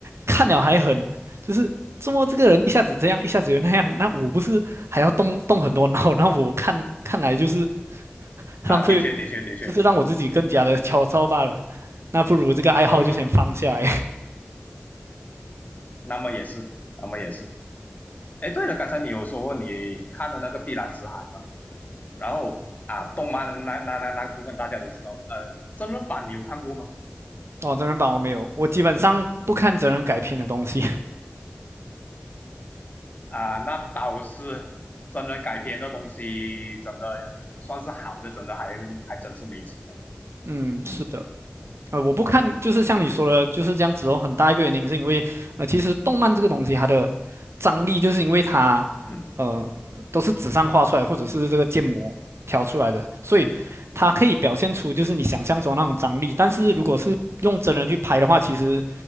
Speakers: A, on the right; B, on the left.
A: 看了还很，就是怎么这个人一下子这样，一下子又那样，那我不是还要动动很多脑？<laughs> 那我看看来就是浪费，
B: 啊，的确的确的确，
A: 就是让我自己更加的焦躁罢了。那不如这个爱好就先放下来。
B: 嗯，那么也是，那么也是。哎，对了，刚才你有说过你看了那个《碧蓝之海》吗？然后啊，动漫的那那那那个部分大家都知道，呃，真人版你有看过吗？
A: <laughs> 哦，真人版我没有，我基本上不看真人改编的东西。
B: 啊，那倒是真人改编的东西，真的算是好的，真的还还真是没几部。
A: <laughs> 嗯，
B: 嗯
A: 是的。呃，我不看，就是像你说的，就是这样子哦。很大一个原因是因为，呃，其实动漫这个东西它的张力，就是因为它，
B: 嗯
A: 呃，都是纸上画出来，或者是这个建模调出来的，所以它可以表现出就是你想象中那种张力。但是如果是用真人去拍的话，其实